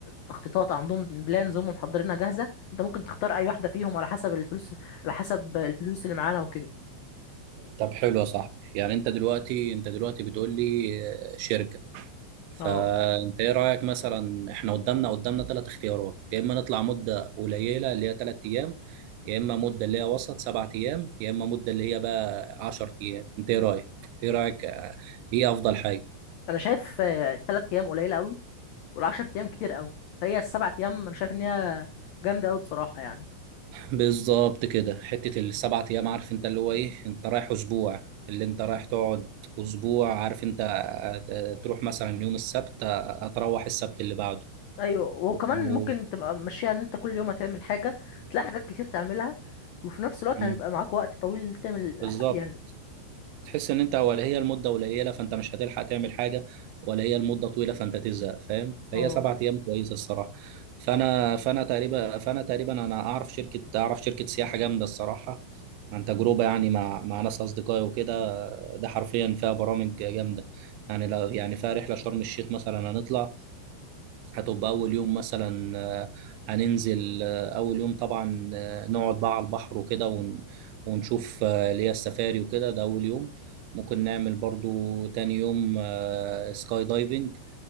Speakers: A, on the left; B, on the right.
A: تخطيطات عندهم بلانز هم محضرينها جاهزه انت ممكن تختار اي واحده فيهم على حسب الفلوس على حسب الفلوس اللي معانا وكده
B: طب حلو يا صاحبي يعني انت دلوقتي انت دلوقتي بتقول لي آه، شركة
A: اه
B: فانت ايه رأيك مثلا احنا قدامنا قدامنا ثلاث اختيارات يا اما نطلع مدة قليلة اللي هي ثلاث ايام يا اما مدة اللي هي وسط سبعة ايام يا اما مدة اللي هي بقى عشر ايام انت ايه رأيك ايه رأيك آه، ايه افضل حاجة
A: انا شايف الثلاث ايام قليله قوي والعشر ايام كتير قوي فهي السبع ايام انا شايف ان هي جامده قوي بصراحه يعني
B: بالظبط كده حتة السبعة أيام عارف أنت اللي هو إيه أنت رايح أسبوع اللي أنت رايح تقعد أسبوع عارف أنت آه، تروح مثلا يوم السبت آه، هتروح السبت اللي بعده
A: ايوه وكمان
B: و...
A: ممكن تبقى ماشيها ان انت كل يوم هتعمل حاجه تلاقي حاجات كتير تعملها وفي نفس الوقت
B: مم.
A: هتبقى معاك وقت طويل ان انت تعمل
B: بالظبط
A: ح- يعني
B: تحس ان انت ولا هي المده قليله فانت مش هتلحق تعمل حاجه ولا هي المده طويله فانت تزهق فاهم فهي
A: اه
B: سبعة ايام كويسه الصراحه فانا فانا تقريبا فانا تقريبا انا اعرف شركه اعرف شركه سياحه جامده الصراحه عن تجربه يعني مع مع ناس اصدقائي وكده ده حرفيا فيها برامج جامده يعني لو يعني فيها رحله شرم الشيخ مثلا هنطلع هتبقى أول يوم مثلا آه، هننزل آه، أول يوم طبعا آه، نقعد بقى على البحر وكده ون- ونشوف آه، اللي هي السفاري وكده ده أول يوم ممكن نعمل برضو تاني يوم آه، سكاي دايفنج